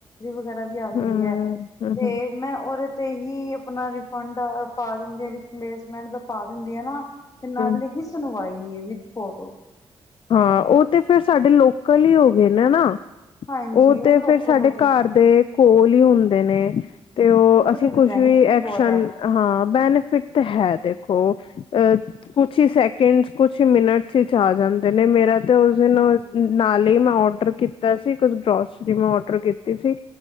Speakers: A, on the left; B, on the left.
A: ਵਗੈਰਾ ਵੀ ਆਉਂਦੀ
B: ਹਮ
A: ਹੈ
B: ਹਮ
A: ਤੇ ਮੈਂ ਉਹਦੇ ਤੇ ਹੀ ਆਪਣਾ ਫੰਡ ਪਾ ਦਿੰਦੀ ਆ ਰੀਪਲੇਸਮੈਂਟ ਦਾ ਪਾ ਦਿੰਦੀ ਆ ਨਾ ਤੇ ਨਾਲ
B: ਹਮ
A: ਹੀ ਸੁਣਵਾਈ ਐ। With photo.
B: ਹਾਂ ਉਹ ਤੇ ਫਿਰ ਸਾਡੇ ਲੋਕਲ ਈ ਹੋ ਗਏ ਨੇ ਨਾ।
A: ਹਾਂਜੀ
B: ਉਹ ਤੇ
A: ਲੋਕਲ
B: ਫਿਰ ਸਾਡੇ
A: ਹੋ ਗਏ
B: ਘਰ ਦੇ ਕੋਲ ਹੀ ਹੁੰਦੇ ਨੇ। ਤੇ ਉਹ ਅਸੀਂ
A: ਬਟ ਇਹਦਾ
B: ਕੁਛ
A: ਬੈਨੀਫਿਟ
B: ਵੀ ਐਕਸ਼ਨ
A: ਬਹੁਤ ਹੈ
B: ਹਾਂ ਬੈਨੀਫਿਟ ਤਾਂ ਹੈ ਦੇਖੋ। ਉਹ ਅ ਕੁਛ ਈ ਸੈਕਿੰਡ ਚ ਕੁਛ ਹੀ ਮਿੰਨਟ ਚੱਲ ਆ ਜਾਂਦੇ ਨੇ ਮੇਰਾ ਤੇ ਉਸ ਦਿਨ
A: ਹਾਂਜੀ
B: ਅ ਨਾਲ ਈ ਮੈਂ ਔਡਰ ਕੀਤਾ ਸੀ ਕੁਝ ਗਰੋਸਰੀ ਮੈਂ ਔਡਰ ਕੀਤੀ ਸੀ।